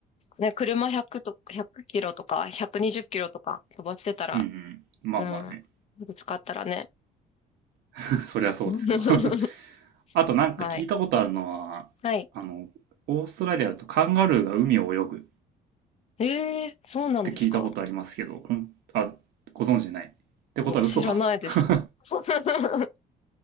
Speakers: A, on the left; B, on the right.
A: ね、車100と、1キロとか、120キロとか飛ばしてたら、
B: うんうん。まあまあね。
A: うん、ぶつかったらね。
B: <laughs> そりゃそうですけど。
A: <laughs>
B: <laughs> あとなんか聞いたことあるのは、
A: はい。はい。
B: あの、オーストラリアだとカンガルーが海を泳ぐっ
A: ええそうなんですか
B: て聞いたことありますけど、ほん、あ、ご存知ない。ってことは嘘か。
A: ご知らないです。
B: <laughs>
A: <laughs>